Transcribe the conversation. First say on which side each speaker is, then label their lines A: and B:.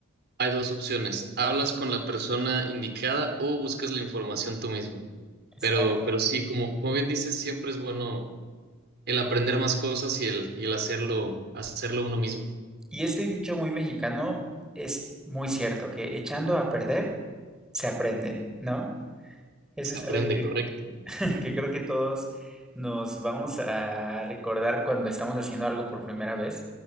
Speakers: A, on the right; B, in the centre.
A: hay dos opciones, hablas con la persona indicada o buscas la información tú mismo.
B: Exacto.
A: Pero, pero sí, como, como bien dices, siempre es bueno el aprender más cosas y el, y el hacerlo, hacerlo uno mismo.
B: Y este dicho muy mexicano es muy cierto, que echando a perder se aprende, ¿no? Eso
A: Se
B: es
A: aprende,
B: algo que,
A: correcto.
B: <laughs> que creo que todos nos vamos a recordar cuando estamos haciendo algo por primera vez.